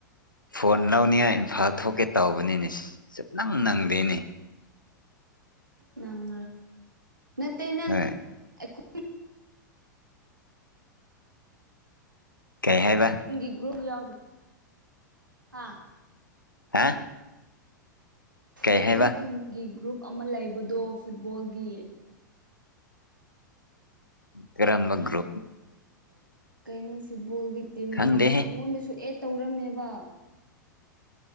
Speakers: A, on the left; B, on the right.
A: ꯐꯣꯟ ꯂꯧꯅꯤꯉ ꯏꯝꯐꯥꯜ ꯊꯣꯛꯀꯦ ꯇꯧꯕꯅꯤꯅꯦ ꯁꯨꯞ ꯅꯪ ꯅꯪꯗꯦꯅꯤ
B: ꯅꯪ ꯅꯠꯇ ꯅꯪꯣꯏ
A: ꯍꯣꯏ ꯀꯩ ꯍꯥꯏꯕ
B: ꯅꯪꯒꯤ ꯒ꯭ꯔꯨ ꯌꯥꯎꯕ꯭ꯔꯥ ꯍꯥ
A: ꯍꯥ ꯀꯩ
B: ꯑꯩꯈꯣꯏ
A: ꯍꯥꯏꯕ
B: ꯈꯨꯟꯒꯤ ꯒ꯭ꯔꯨꯞ ꯑꯃ ꯂꯩꯕꯗꯣ ꯐꯨꯠꯕꯣꯜꯒꯤ
A: ꯀꯔ꯭ꯔ꯭ꯔꯨꯞ꯭ꯔ
B: ꯀꯩꯅꯣ ꯐꯨꯠꯕꯣꯜꯒꯤ ꯇꯤꯝ
A: ꯈꯪꯗꯦꯍꯦ
B: ꯑꯃ ꯑꯩꯉꯣꯟꯗꯁꯨ ꯑꯦꯠ ꯇꯧꯔꯝꯃꯦꯕ